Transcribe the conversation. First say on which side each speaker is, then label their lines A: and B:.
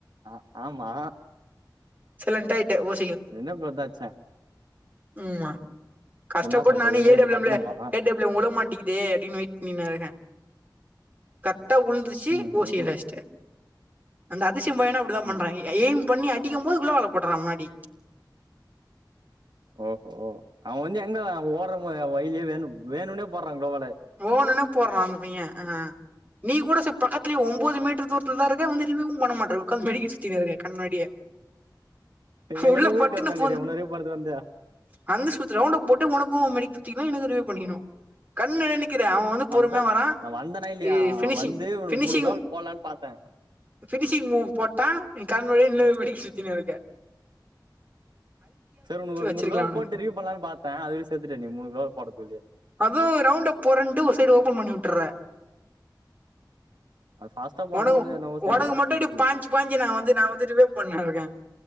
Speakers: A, on the right (about 70°); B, on the right (about 20°).
A: அ ஆமா
B: சைலண்டா ஆயிட்டேன் ஒ
A: என்னனு பாத்து அடிச்சேன்
B: ம் மா
A: இப்ப
B: கஷ்டப்பட்டு
A: என்ன பண்றது
B: நானே எற விரும்பல
A: கத்தணுமா
B: உள்ள உட மாட்டீங்கிது அப்டின் வெயிட் பண்ணினுருங்கேன் கரக்ட்டா உழுந்துச்சி
A: ம்
B: ஓ சி
A: ம்
B: ல அடுச்சிட்டேன் அந்த அதிசயம் பையனும் அப்டித்தான் பண்றா
A: ம்
B: எயிம் பண்ணி அடிக்கும்போது உள்ளவலப்போட்டுற முன்னாடி
A: ஓ ஒ அவ வந்து எங்க ஓட்ற வ வயிலியே வேணு வேணுன்னே போட்றா கோவாள
B: ஓணுனே போட்றா அந்த பைய அ நீ கூட செ பக்கதுலெயே ஒன்பது மீட்ரு தூர்த்துல் தா இருக்க வந்து எரிவ ஒண்ணு பண்ணமாற்ற ஒக்காந்து மெழுகி சுத்தினுருக்கெ கண்ணாடியே
A: எனுகு
B: உள்ள
A: உயிர்
B: பட்டுன்னு
A: கம்மியாகுதெ
B: பூந்து
A: உன்னருவெ போர்றது வந்து
B: அந்த சுத்து ரவுண்டப் போட்டு உனுக்கு உ மெடி சாதிக்கலாம் எனுக்கு ரிவிவ் பண்ணிக்கிணு கண்ணெரெ நிக்கிற அவ பொறும்ய
A: அதான்
B: வரா
A: நான் வந்தேனா இல்லையா
B: எ ஃப்னிஷிங்
A: அவன் வந்து உனக்கு
B: ஃப்னிஷிங்
A: மூணு கோல் போடலான்னு பார்த்தேன்
B: ஃப்னிஷிங் மூவ் போட்டா நீ கலம்ரவர்ய நின்னு மணிக் சுத்தினுருக்க
A: செரி உனுக்கு ஒரு
B: வச்சிருக்கலாம்
A: மூணு கோல்
B: அவனுக்கு
A: போட்டு ரிலீவ் பண்ணலானு பாத்தே அதுல செத்துட்டே நீ மூணு கோல் போடதுல்லியே
B: அதுவு ரவுண்டப் போறேன்ட்டு ஒரு சைடு ஓபன் பண்ணிவுட்டுறே
A: அது ஃபாஸ்டா போடும்போது
B: உனக்
A: என்னவோ செயல்பட
B: உனக்கு மட்டோ அப்டியே
A: செய்யும்
B: பா க்சி பாஞ்சி நா வந்து நா வந்து ரிவேவ் பண்ணிருக்கே